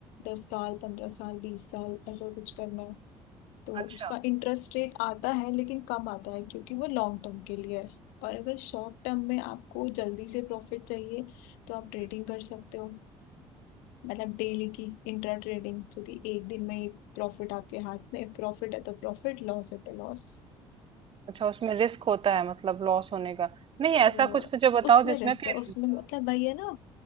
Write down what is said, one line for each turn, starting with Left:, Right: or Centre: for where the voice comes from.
Left: दस साल पंद्रह साल बीस साल ऐसा कुछ करना है तो
Right: अच्छा
Left: उसका इंटरेस्ट रेट आता है लेकिन कम आता है क्योंकि वो लॉन्ग टर्म के लिए है और अगर शॉर्ट टर्म में आपको जल्दी से प्रॉफिट चाहिए तो आप ट्रेडिंग
Right: हम्म,
Left: कर सकते हो मतलब डेली की इंट्रा ट्रेडिंग क्योंकि एक दिन में ही प्रॉफिट आपके हाथ में प्रॉफिट है तो प्रॉफिट लॉस है तो लॉस
Right: अच्छा उसमें रिस्क होता है मतलब लॉस होने का नहीं ऐसा
Left: तो
Right: कुछ मुझे बताओ
Left: उसमें
Right: जिसमें
Left: रिस्क
Right: कि
Left: है उसमें मतलब वही है ना